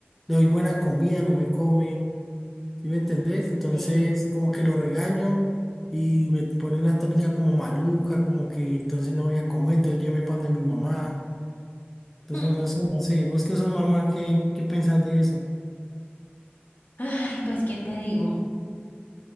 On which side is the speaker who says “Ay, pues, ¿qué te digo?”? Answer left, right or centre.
Left